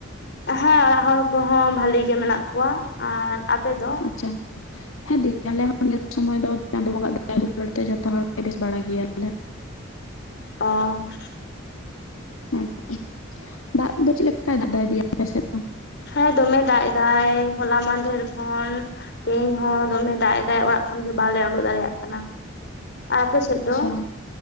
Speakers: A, on the left; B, on the left.
A: ᱦᱮᱸ ᱚᱲᱟᱜ ᱦᱚᱲ ᱠᱚᱦᱚᱸ ᱵᱷᱟᱞᱤ ᱜᱮ ᱢᱮᱱᱟᱜ ᱠᱚᱣᱟ᱾ ᱟᱨ ᱟᱯᱮ ᱫᱚ?
B: ᱪᱚ ᱦᱮᱸ ᱫᱤ ᱟᱞᱮ ᱦᱚᱸ ᱱᱤᱭᱟᱹ ᱥᱚᱢᱚᱭ ᱫᱚ ᱪᱟᱸᱫᱚ ᱵᱚᱸᱜᱟ ᱟᱜ ᱫᱟᱭᱟ ᱫᱩᱞᱟᱹᱲ ᱛᱮ ᱡᱚᱛᱚ ᱦᱚᱲ ᱜᱮ ᱵᱮᱥ ᱵᱟᱲᱟ ᱜᱮᱭᱟᱞᱮ <inaudible>
A: ᱚ
B: <inaudible> ᱦᱮᱸ ᱛᱚᱵᱮ ᱫᱟᱜ ᱫᱚ ᱪᱮᱜ ᱞᱮᱠᱟᱭ ᱫᱟᱜ ᱫᱤ ᱟᱯᱮ ᱥᱮᱫ ᱫᱚ
A: ᱦᱮᱸ ᱫᱚᱢᱮ ᱫᱟᱜ ᱮᱫᱟᱭ ᱦᱚᱞᱟ ᱢᱟᱫᱷᱮᱨ ᱠᱷᱚᱱ ᱛᱮᱦᱮᱧ ᱦᱚᱸ ᱫᱚᱢᱮ ᱫᱟᱜ ᱮᱫᱟᱭ ᱚᱲᱟᱜ ᱠᱷᱚᱱ ᱜᱮ ᱵᱟᱞᱮ ᱳᱰᱳᱠ ᱫᱟᱲᱮᱭᱟᱜ ᱠᱟᱱᱟ ᱟᱨ ᱟᱞᱮ ᱥᱮᱫ
B: ᱟᱪᱪᱷᱟ
A: ᱫᱚ